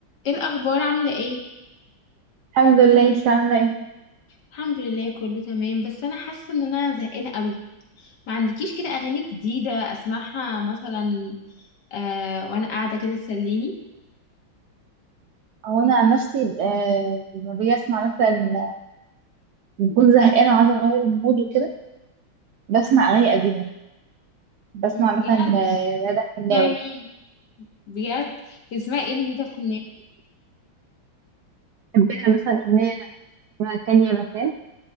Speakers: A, on the left; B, on the right.
A: ايه الاخبار عامله ايه
B: الحمد لله انت عامله ايه
A: الحمد لله كله تمام بس انا حاسه ان انا زهقانه قوي ما عندكيش كده اغاني جديده اسمعها مثلا آه وانا قاعده كده تسليني
B: هو انا عن نفسي آه لما باجي اسمع مثلا بكون زهقانه وعايزه اغير المود وكده بسمع اغاني قديمه بسمع
A: أمم، بجد
B: مثلا آه، مدح حناوي
A: مع مين بجد بتسمعي ايه لميتة الحناوي
B: حبينا مثلا أغنية اسمها تانية مكان